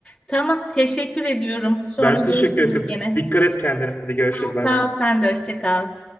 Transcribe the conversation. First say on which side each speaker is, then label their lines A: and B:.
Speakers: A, on the left; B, on the left.
A: Tamam, teşekkür ediyorum. Sonra
B: Ben
A: görüşürüz
B: teşekkür ettim.
A: gene.
B: Dikkat et kendine. Hadi görüşürüz
A: Sağ
B: bay bay.
A: ol, sen de hoşça kal.